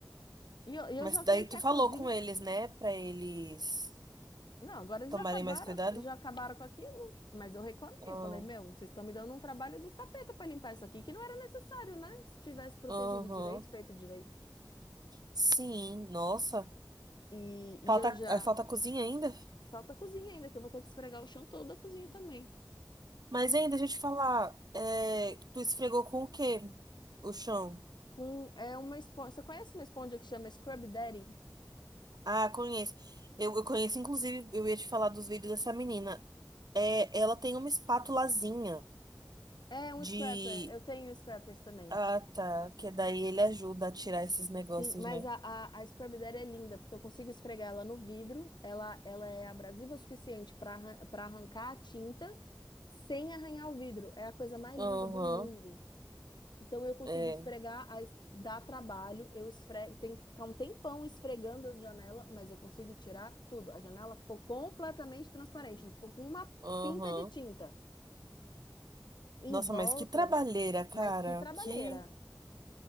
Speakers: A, on the left (about 80°); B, on the right (about 60°).
A: E eu, e
B: mas
A: eu já
B: daí
A: sei que
B: tu
A: a
B: falou
A: cozinha.
B: com eles, né? Pra eles
A: Não, agora eles
B: tomarem
A: já acabaram,
B: mais cuidado?
A: já acabaram com aquilo, mas eu reclamei.
B: Ah,
A: Eu falei, meu, vocês estão me dando um trabalho do capeta para limpar isso aqui, que não era necessário, né? Se tivesse protegido
B: Aham.
A: direito, feito direito.
B: Sim, nossa.
A: E, e
B: Falta,
A: eu já.
B: ah, falta cozinha ainda?
A: Falta a cozinha ainda, que eu vou ter que esfregar o chão todo da cozinha também.
B: Mas ainda, deixa eu te falar, é, tu esfregou com o quê? O chão.
A: Com, é uma esponja. Você conhece uma esponja que chama Scrub Daddy?
B: Ah, conheço. Eu, eu conheço, inclusive, eu ia te falar dos vídeos dessa menina. É, ela tem uma espátulazinha
A: É um
B: de
A: scrapper. Eu tenho scrappers também.
B: Ah, tá. Que daí ele ajuda a tirar esses negócios,
A: Sim, mas
B: né?
A: a, a, a Scrub Daddy é linda, porque eu consigo esfregar ela no vidro, ela, ela é abrasiva o suficiente para para arrancar a tinta sem arranhar o vidro. É a coisa mais
B: Aham,
A: linda do mundo. Então eu consigo
B: é.
A: esfregar, a, es- dá trabalho, eu esfrego, tenho que ficar um tempão esfregando as janelas, mas eu consigo tirar tudo. A janela ficou completamente transparente, não ficou com uma
B: Aham.
A: pinta de tinta. Em
B: Nossa,
A: volta,
B: mas que trabalheira, cara.
A: mas que trabalheira.
B: Que.